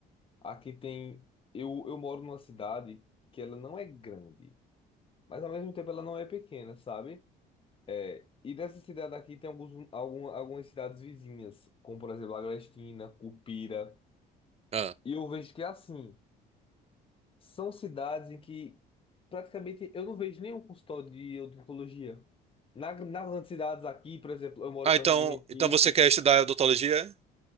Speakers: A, on the left; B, on the right.
A: Aqui tem. Eu, eu moro numa cidade que ela não é grande, mas ao mesmo tempo ela não é pequena, sabe? É, e nessa cidade aqui tem alguns, algum, algumas cidades vizinhas, como por exemplo Agrestina, Cupira.
B: Ah,
A: E eu vejo que é assim, são cidades em que praticamente eu não vejo nenhum consultório de odontologia. Na, nas grandes cidades aqui, por exemplo, eu moro
B: Ah,
A: perto
B: então,
A: de Recife.
B: então você quer estudar odontologia?